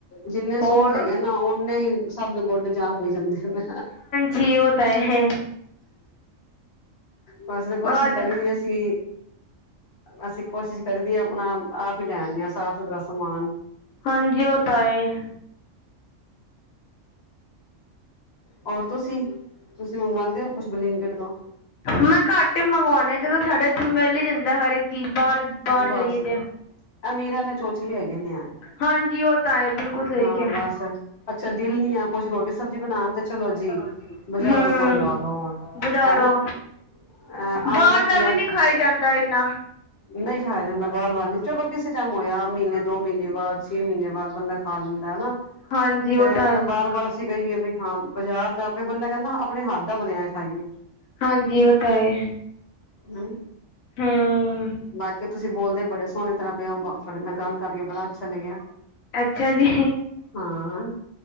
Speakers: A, on the left (about 55°); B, on the left (about 85°).
A: ਜਿੰਨੇ ਸੁਖ
B: ਹੋਰ
A: ਹੈਗੇ ਨਾ, ਓਹਨੇ ਹੀ ਸਭ ਦੇ ਗੋਡੇ ਜਾਮ ਹੋਈ ਜਾਂਦੇ ਨੇ।
B: ਜੀ, ਓ ਤਾ‌ ਏ।
A: ਬਸ, ਕੋਸ਼ਿਸ਼
B: ਅੱਜ
A: ਕਰੀ ਦੀ ਅਸੀ ਅਸੀ ਕੋਸ਼ਿਸ਼ ਕਰੀ ਦੀਏ, ਅਪਣਾ-ਆਪ ਹੀ ਲੈ ਆਂਨੇ ਆਂ, ਸਾਫ਼-ਸੁਥਰਾ ਸਮਾਨ।
B: ਹਾਂਜੀ, ਓ ਤਾ ਏ।
A: ਹੋਰ ਤੁਸੀਂ, ਤੁਸੀਂ ਮੰਗਵਾਂਦੇ ਓ, ਕੁਛ ਬਲਿੰਕਿਟ ਤੋ?
B: ਮੈਂ ਘੱਟ ਹੀ ਮੰਗਵਾਉਨੀ ਆ, ਜਦੋਂ ਸਾਡੇ ਇੱਥੇ ਮਿਲ ਹੀ ਜਾਂਦੀ ਜਿਦਾ ਹਰੇਕ ਚੀਜ਼ ਬਾਹਰ, ਬਾਹਰ
A: ਬਸ
B: ਜਾਈਏ ਤੇ।
A: ਅਮੀਰਾਂ ਦੇ ਚੋਚਲੇ ਹੈਗੇ ਨੇ ਯਾਰ
B: ਹਾਂਜੀ ਉਹ ਤਾ ਏ, ਬਿਲਕੁਲ ਸਹੀ
A: ਹਾਂ
B: ਕਿਆ।
A: ਬਸ ਅੱਛਾ ਦਿਲ ਨੀ ਆ ਕੁਛ ਰੋਟੀ ਸਬਜ਼ੀ ਬਣਾਉਣ ਤੇ ਚਲੋ ਜੀ
B: ਹੂੰ,
A: ਬਜ਼ਾਰੋਂ ਮੰਗਵਾ ਲੋ
B: ਬਜ਼ਾਰੋ।
A: ਹਨਾ ਅਹ ਆਉਂਦਾ
B: ਬਾਹਰ
A: ਕੀ
B: ਦਾ ਵੀ
A: ਆ
B: ਨਹੀਂ ਖਾਯ ਜਾਂਦਾ ਏਨਾ।
A: ਨਹੀਂ ਖਾਇਆ
B: ਆ
A: ਬਾਰ
B: ਜਾਂਦਾ
A: ਬਾਰ
B: ਬਾਹਰ
A: ਨੀ ਚਲੋ
B: ਵਾਲੀ,
A: ਕਿਸੇ ਟਾਈਮ ਹੋਇਆ
B: ਦਾ ਮਹੀਨੇ
A: ਦੋ
B: ਤੋਂ
A: ਬਾਅਦ ਛੇ ਮਹੀਨੇ ਬਾਅਦ ਬੰਦਾ ਖਾ ਲੈਂਦਾ ਹਨਾ
B: ਹਾਂਜੀ, ਉਹ
A: ਤੇ
B: ਤਾ ਹੈ।
A: ਬਾਰ ਬਾਰ ਅਸੀਂ ਕਹੀਏ ਵੀ ਹਾਂ ਬਾਜ਼ਾਰ ਦਾ ਫਿਰ ਬੰਦਾ ਕਹਿੰਦਾ ਆਪਣੇ ਹੱਥ ਦਾ ਬਣਿਆ ਖਾਈਏ
B: ਹਾਂਜੀ, ਓ ਤਾ ਏ।
A: ਉਂ
B: ਹੁੰ।
A: ਵਾਕ੍ਅ ਤੁਸੀਂ ਬੋਲਦੇ ਬੜੇ ਸੋਣੇ ਤਰ੍ਹਾਂ ਪੇਂ ਓ। ਤੁਆਡੇ ਨਾਲ ਗੱਲ ਕਰਕੇ ਬੜਾ ਅੱਛਾ ਲੱਗਿਆ।
B: ਅੱਛਾ ਜੀ।
A: ਹਾਂ